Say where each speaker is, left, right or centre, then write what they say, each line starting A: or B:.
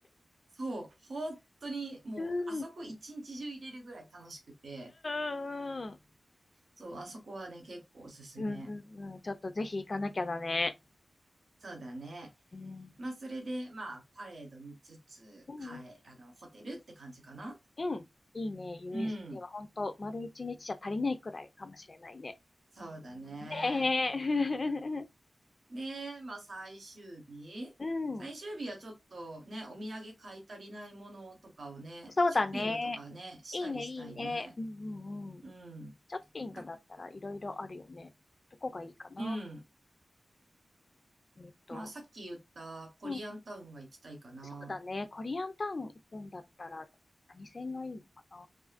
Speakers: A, on the right; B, on the left.
A: そう、本当にもうあそこ一日中入れるぐらい楽しくて、
B: うんうんうん
A: そう、あそこはね、結構おすすめ。
B: うんうんうんうん。ちょっとぜひ行かなきゃだね。
A: そうだね。
B: うん。
A: まあ、それで、まあ、パレード見つつ、
B: うんうん。
A: 帰、あの、ホテルって感じかな。
B: うん。うんんいいね。u
A: うん。
B: s d は本当丸一日じゃ足りないくらいかもしれないね。
A: そうだね。
B: ねえ。
A: で、まあ最終日。
B: <laughs> うん。
A: 最終日はちょっとね、
B: うん
A: お土産買い足りないものとかをね、
B: そうだね。
A: ショッピングとかね、したりしたいね。
B: いいね、いいね。うんうんうん。
A: うん。
B: ショッピングだったらいろいろあるよね。
A: だから、
B: どこがいいかな
A: うん。
B: えっと、
A: まあさっき言ったコリアンタウンは行きたいかな。
B: うんそうだね。コリアンタウン行くんだったら、何線がいいのかな。